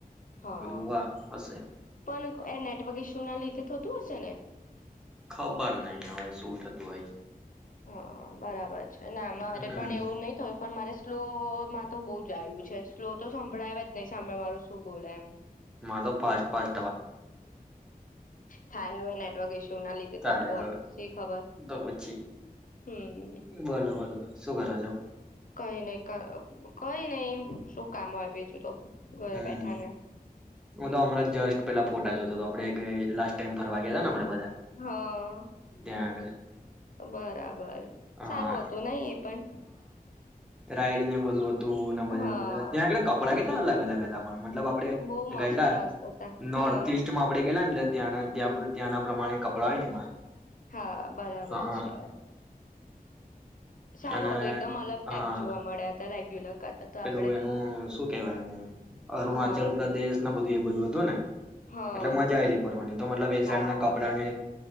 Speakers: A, on the left; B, in the centre.
A: હા
B: કીધું વાહ હશે
A: પણ એ નેટવર્ક ઇશ્યુ ના લીધે થતું હશે ને
B: ખબર નહ હવે શું થતું ભાઈ
A: હા બરાબર છે છે ના મારે
B: હમ
A: પણ એવું નહી થયું પણ મારે સ્લો માં તો બહુ જ આવ્યું છે સ્લો તો સંભળાયે જ નહીં સાંભળે માળું શું બોલે એમ
B: મારો ફાસ ફાસ
A: થાય હવે નેટવર્ક ઈસ્યુ ના લીધે
B: તારે
A: થતું હોય શી ખબર
B: તો પછી
A: હમ
B: બોલો બોલો શું કરો છો
A: કઈ નઈ કઈ નહી શું કામ હોય બીજું તો ઘરે
B: હમ
A: બેઠા ને
B: હ તો હમણાં જ જસ્ટ પેલા ફોટા જોતા તો આપે લાસ્ટ ટાઈમ ફરવા ગયા ને આપે બધા
A: હા
B: ત્યાં આગળ
A: બરાબર બર
B: હા
A: સારું હતું નહી એ પણ
B: રાયડને બોલવો તું ના બજા
A: હા
B: બધા ત્યાંે કપડા અલગ અલગ જ પણ મતલબ આપડે
A: બહુ મસ્ત
B: ગયેલા
A: મસ્ત હતા
B: નોર્થ
A: હા
B: ઈસ્ટ માં આપડે ગયલા ને એટલે ત્યાં ત્યાં ત્યાંના પ્રમાણે કપડાં હોય ને એવા
A: હા બરાબર
B: હા
A: છે. સારું
B: અને
A: હતું એકદમ અલગ ટાઈપ
B: હા
A: જોવા મળ્યા. તા રેગ્યુલર કરતા તો
B: પેલું
A: આપડે
B: એનું શું કેવાય એને અરુણાચલ
A: હા
B: પ્રદેશ બધું એ બધું હતું ને
A: હા
B: એટલે મજા આવેલી ફરવાની તો મતલબ એ
A: હા
B: સાઈડ કપડા ને